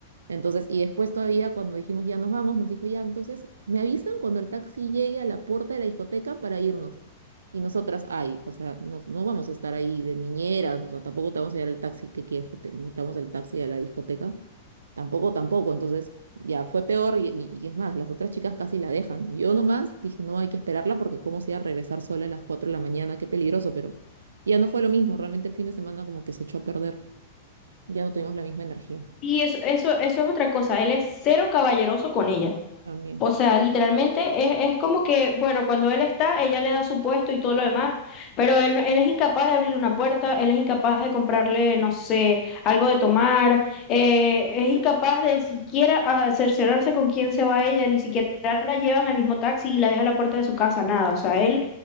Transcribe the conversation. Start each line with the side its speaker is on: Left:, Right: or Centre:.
Right: Entonces, y después todavía cuando dijimos ya nos vamos, nos dijo ya, entonces me avisan cuando el taxi llegue a la puerta de la discoteca para irnos. Y nosotras, ay, o sea, no, no vamos a estar ahí de niñeras, o sea, tampoco te vamos a llevar el taxi que quieres que te metamos el taxi a la discoteca. Tampoco, tampoco. Entonces ya fue peor y, y- y es más, las otras chicas casi la dejan. Y yo nomás dije, no, hay que esperarla porque cómo se iba a regresar sola a las 4 de la mañana, qué peligroso, pero ya no fue lo mismo. Realmente el fin de semana como que se echó a perder. Ya no tuvimos la misma energía
Left: Y eso, eso, eso es otra cosa, él es cero caballeroso con ella.
Right: también.
Left: O sea, literalmente es, es como que, bueno, cuando él está, ella le da su puesto y todo lo demás, pero él, no- él es incapaz de abrirle una puerta, él es incapaz de comprarle, no sé, algo de tomar, eh, es incapaz de siquiera ah, cerciorarse con quién se va ella, ni siquiera la llevan al mismo taxi y la dejan a la puerta de su casa, nada. O sea, él